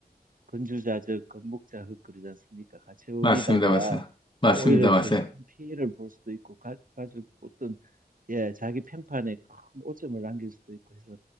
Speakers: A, on the right; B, on the left.
A: 건주자적, 건목자흙 그러지 않습니까? 같이 어울리다가
B: 맞습니다. 맞습니다. 맞습니다.
A: 오히려
B: 맞아요.
A: 더 큰 피해를 볼 수도 있고 가, 가족 어떤 예 자기 평판에 큰 오점을 남길 수도 있고 해서